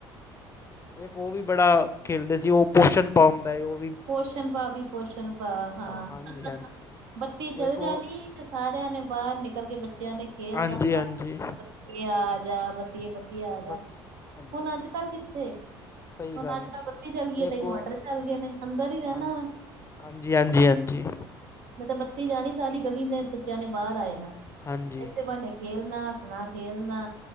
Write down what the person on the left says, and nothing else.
ਏਕ ਓਵੀ ਬੜਾ ਖੇਲਦੇ ਸੀ, ਓ ਪੋਸ਼ਣਪਾਂ ਹੁੰਦੈ ਓ।
ਹਾਂਜੀ ਹਾਂਜੀ
ਉਹ ਇੱਕ
ਉਹ
ਹਾਂਜੀ
ਹਾਂਜੀ
ਬ ਹਾਂਜੀ
ਸਹੀ
ਗੱਲ
ਹੈ
ਇੱਕ
ਉਹ
ਹਾਂ
ਹਾਂਜੀ ਹਾਂਜੀ ਹਾਂਜੀ
ਹਾਂਜੀ